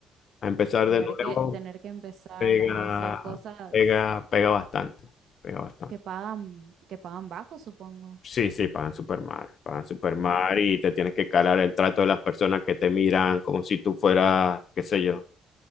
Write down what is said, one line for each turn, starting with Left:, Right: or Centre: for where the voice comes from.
Left: a empezar
Right: Tener
Left: de nuevo
Right: que, tener que empezar
Left: pega,
Right: a hacer cosas
Left: pega, pega bastante, pega bastante.
Right: que pagan, que pagan bajo, supongo.
Left: Sí, sí, pagan súper mal, pagan súper mal
Right: Ah,
Left: y te tienes que calar el trato de las personas que te miran como si tú fueras, qué sé yo